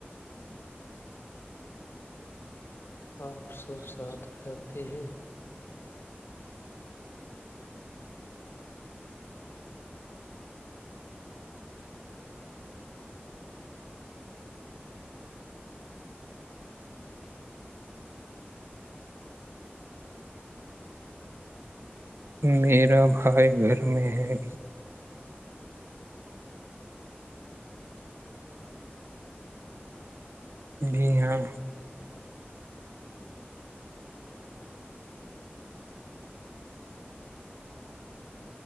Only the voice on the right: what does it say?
اور
سارے
کرتے
میرا بھائی گھر میں ہے جی ہاں